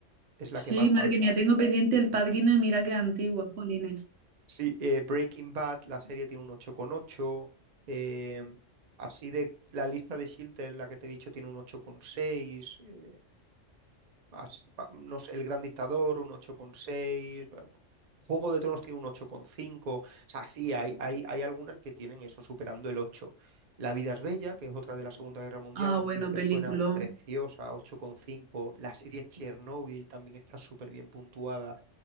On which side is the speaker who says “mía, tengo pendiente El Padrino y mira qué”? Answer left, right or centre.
Right